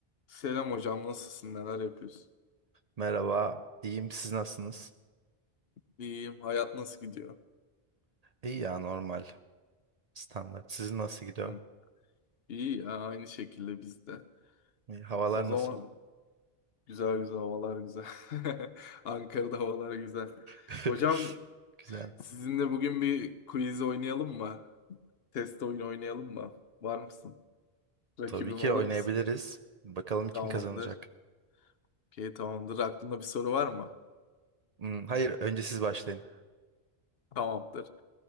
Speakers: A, on the left (about 70°); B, on the right (about 45°).
A: Selam hocam, nasılsın? Neler yapıyorsun?
B: Merhaba, iyiyim. Siz nasılsınız?
A: İyiyim. Hayat nasıl gidiyor?
B: İyi ya normal, standart. Sizin nasıl gidiyor?
A: Hı. İyi ya, aynı şekilde bizde.
B: İyi, Havalar
A: O zaman
B: nasıl?
A: güzel güzel havalar güzel. <laughs> Ankara'da havalar güzel.
B: <laughs>
A: Hocam,
B: Güzel.
A: sizinle bugün bir quiz oynayalım mı? Test oyunu oynayalım mı? Var mısın? Rakibim
B: Tabii ki
A: olur
B: oynayabiliriz.
A: musun?
B: Bakalım
A: Tamamdır.
B: kim kazanacak.
A: Okey, tamamdır. Aklında bir soru var mı?
B: Hmm, hayır, önce siz başlayın.
A: Tamamdır.